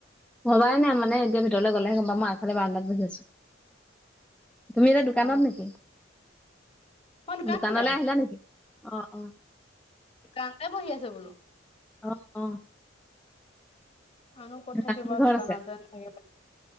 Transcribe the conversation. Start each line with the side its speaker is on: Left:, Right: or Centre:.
Centre: ভবাই নাই মানে এতিয়া ভিতৰলৈ গলেহে গম পাম মই আগফালে বাৰাণ্ডাত বহি আছো‌। তুমি এতিয়া দোকানত
Left: অ
Centre: নেকি?
Left: মই দোকানতে
Centre: দোকানলৈ আহিলা নেকি? অ', - অ',
Left: কান্তাই বহি আছে বোলো।
Centre: অ', - অ',
Left: আনো ক'ত থাকিবা
Centre: মাহঁত
Left: <unintelligible>
Centre: ঘৰত আছে